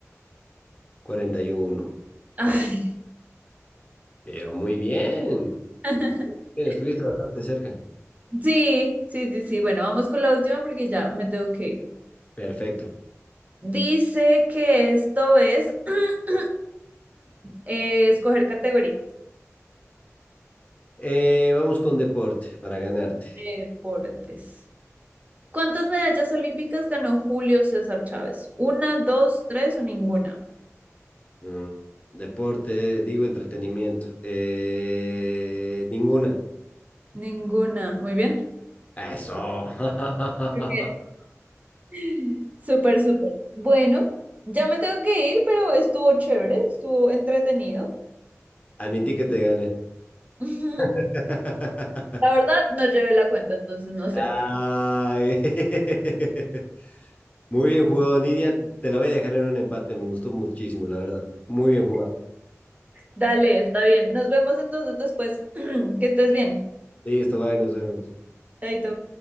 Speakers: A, on the left; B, on the right.
A: 41.
B: Ay,
A: Pero muy bien.
B: <laughs>
A: Muy bien, estuviste bastante cerca.
B: sí, sí, sí, sí. Bueno, vamos con la última porque ya me tengo que ir.
A: Perfecto.
B: Dice que esto es <clears throat> eh, escoger categoría.
A: Eh, vamos con deporte para ganarte.
B: Deportes. ¿Cuántas medallas olímpicas ganó Julio César Chávez? ¿Una, dos, tres o ninguna?
A: Mm, deporte, digo entretenimiento. Eh, ninguna.
B: Ninguna. Muy bien.
A: Eso. <laughs>
B: Ok. <laughs> Súper, súper. Bueno, ya me tengo que ir, pero estuvo chévere, estuvo entretenido.
A: Admití que te gané.
B: <laughs>
A: <laughs>
B: La verdad, no llevé la cuenta, entonces no sé.
A: Ay. <laughs> Muy bien jugado, Nidia. Te la voy a dejar en un empate. Me gustó muchísimo, la verdad. Muy bien jugado.
B: Dale, está bien. Nos vemos entonces después. <clears throat> Que estés bien.
A: Listo, bye, nos vemos.
B: Chaito.